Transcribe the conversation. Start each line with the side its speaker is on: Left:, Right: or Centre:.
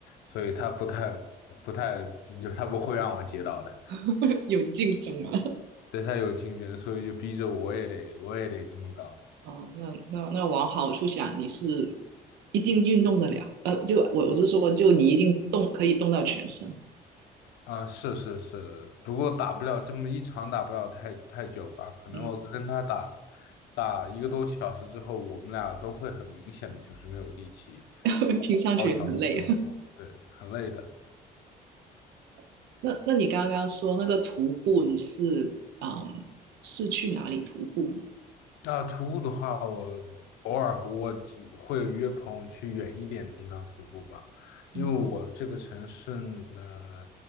Left: 所以他不太不太就他不会让我接到的，
Right: <laughs> 有竞争啊。
Left: 对他有竞争，所以就逼着我也得我也得这么搞。
Right: 哦，那那那往好处想，你是一定运动得了，呃，就我我是说，就你一定动可以动到全身，
Left: 啊，是是是，不过打不了这么一场，打不了太太久吧？可能我跟他打
Right: 嗯。
Left: 打一个多小时之后，我们俩都会很明显的就是没有力气，
Right: <laughs> 听上去也很累啊。
Left: 高强度运动了，对，很累的。
Right: <laughs> 那那你刚刚说那个徒步，你是嗯是去哪里徒步呢？
Left: 那徒步的话，我偶尔我只会约朋友去远一点的地方徒步吧，
Right: 嗯
Left: 因为我这个城市呢，